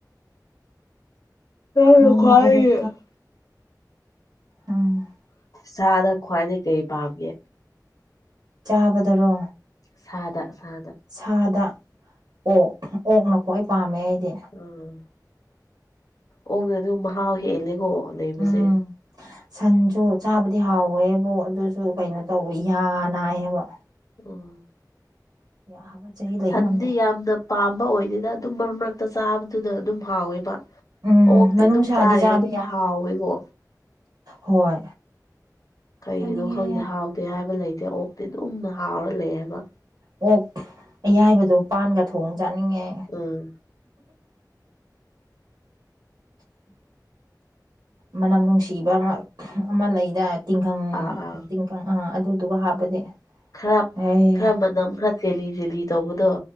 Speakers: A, on the left; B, on the right.
A: <unintelligible>
B: ꯅꯣꯡꯃ ꯐꯥꯗꯣꯛ ꯎꯝ
A: ꯆꯗ ꯈ꯭ꯋꯥꯏꯗꯩꯩ ꯀꯩ ꯄꯥꯝꯒꯦ
B: ꯆꯥꯕꯗꯔꯣ
A: ꯁꯥꯗ ꯁꯥꯥꯗ
B: ꯁꯥꯗ ꯑꯣꯛ ꯑꯣꯛꯅ ꯈ꯭ꯋꯥꯏ ꯄꯥꯝꯃꯦ ꯑꯩꯗꯤ
A: ꯑꯥ ꯑꯣꯛꯅꯥ ꯑꯗꯨ ꯃꯍꯥꯎ ꯍꯦꯜꯂꯦꯀꯣ ꯂꯩꯕꯁꯦ
B: ꯎꯝ ꯁꯟꯁꯨ ꯆꯥꯕꯗꯤ ꯍꯥꯎꯋꯦꯕ ꯑꯗꯨꯁꯨ ꯀꯩꯅꯣ
A: ꯎꯝ
B: ꯇꯧꯋ ꯌꯥꯅꯥꯏ ꯍꯥꯏꯕ
A: ꯎꯝ
B: <inaudible>
A: ꯁꯟꯗꯤ
B: ꯉꯝꯗꯦ
A: ꯌꯥꯝꯅ ꯄꯥꯝꯕ ꯑꯣꯏꯗꯦꯗ ꯑꯗꯨꯝ ꯃꯔꯛ ꯃꯔꯅꯥꯛꯇ ꯆꯥꯕꯗꯨꯅ ꯑꯗꯨꯝ ꯍꯥꯎꯋꯦꯕ
B: ꯎꯝ
A: ꯑꯣꯛꯇꯤ
B: ꯃꯅꯨꯡꯁꯥꯗꯤ
A: ꯑꯗꯨꯝ ꯆꯥꯔꯤꯈꯩ
B: ꯆꯥꯕ
A: ꯑꯗꯨꯝ
B: ꯌꯥꯏ
A: ꯍꯥꯎꯋꯦꯀꯣ
B: ꯍꯣꯏ
A: ꯀꯩꯒꯤꯅꯣ
B: ꯆꯥꯅꯤꯡꯉꯦ
A: ꯈꯪꯗꯦ ꯍꯥꯎꯗꯦ ꯍꯥꯏꯕ ꯂꯩꯇꯦ ꯑꯣꯛꯇꯤ ꯑꯗꯨꯝ ꯍꯥꯎꯔ ꯂꯩ ꯍꯥꯏꯕ
B: ꯑꯣꯛ ꯑꯌꯥꯏꯕꯗꯣ ꯄꯥꯟꯒ ꯊꯣꯡ ꯆꯥꯅꯤꯡꯉꯦ
A: ꯎꯝ
B: ꯃꯅꯝ ꯅꯨꯡꯁꯤꯕ ꯑꯃ ꯑꯃ ꯂꯩꯗꯥꯏ ꯇꯤꯡꯈꯪ
A: ꯑꯥ ꯑꯥ
B: ꯃꯄꯥꯟ ꯑ ꯑꯗꯨꯗꯨꯒ ꯍꯥꯞꯄꯗꯤ
A: ꯈꯔ
B: ꯑꯦ
A: ꯈꯔ ꯃꯅꯝ ꯈꯔ ꯆꯦꯜꯂꯤ ꯆꯦꯜꯂꯤ ꯇꯧꯕꯗꯣ